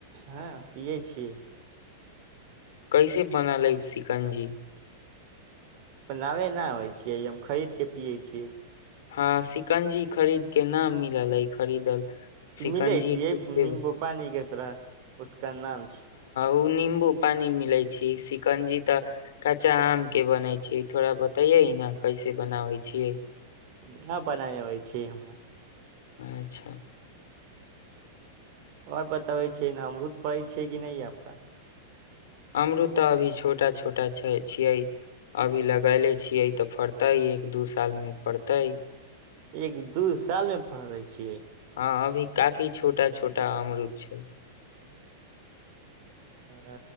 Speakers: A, on the right; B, on the left.
A: हँ पियै छियै
B: कैसे बना लेब सिकंजी
A: पबनाबे नहि आबै छियै हम खरीद के पियै छियै
B: हँ शिकंजी खरीद के न मिलल अइ खरीदल
A: त
B: शिकंजी
A: मिलै छिय
B: खुद से
A: नीम्बू पानी के र उसका नाम
B: ओ निबू पानी मिले छै शिकंजी तऽ कचा आम के बनै छै थोड़ा बतैये ने कैसे बनाबे छियै
A: उहा बना अबै छी हमरा
B: अच्छा
A: आओर बताबै छिय अमरुत पड़ै छै कि नहि आपका
B: अमरूद तऽ अभी छोटा छोटा छै छियै अभी लगैले छियै तऽ फड़तै एक दू साल मे फड़तै
A: एक दू सालमे पढ़ै छियै
B: हँ अभी काफी छोटा छोटा अमरूद छै
A: अ